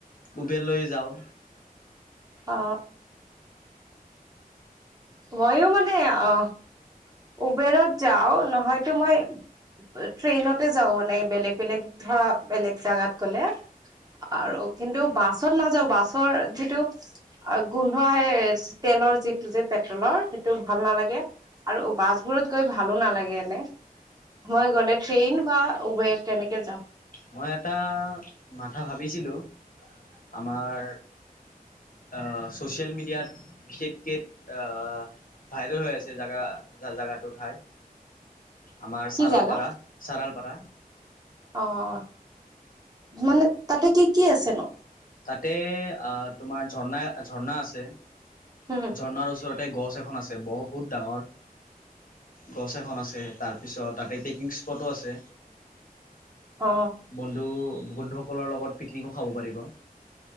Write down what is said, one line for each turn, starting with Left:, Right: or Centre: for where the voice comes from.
Left: উবেৰ লৈ যাওঁ।
Right: অ মইও মানে অহ উবেৰত যাও নহয়তো মই বা ট্ৰেইনতে যাও মানে বেলেগ বেলেগ ধৰা বেলেগ জাগাত গ'লে আৰু কিন্তু বাছত নাযাওঁ বাছৰ যিটো আউ গোন্ধো আহে তেলৰ যিটো যে পেট্ৰলৰ সেইটো ভাল নালাগে আৰু বাছবোৰত গৈ ভালো নালাগে এনে মই গ'লে ট্ৰেইন বা উবেৰ তেনেকে যাওঁ
Left: মই এটা মাথা ভাবিছিলোঁ আমাৰ আ ছ'চিয়েল মিডিয়াত বিশেষকেত আ ভাইৰেল হৈ আছে জাগা জাগাটো ঠাই আমাৰ
Right: কি
Left: চাৰলপাৰা-চাৰালপাৰা।
Right: জাগা? অ' মানে তাতে কি কি আছে নো?
Left: তাতে আহ, তোমাৰ ঝৰ্ণা-ঝৰ্ণা আছে,
Right: উম,
Left: ঝৰ্ণাৰ ওচৰত তে গছ এখন আছে, বহুত ডাঙৰ গছ এখন আছে, তাৰপিছত তাতে পিকনিক স্পটো আছে।
Right: অ
Left: বন্ধু বন্ধুসকলৰ লগত পিকনিকো খাব পাৰিব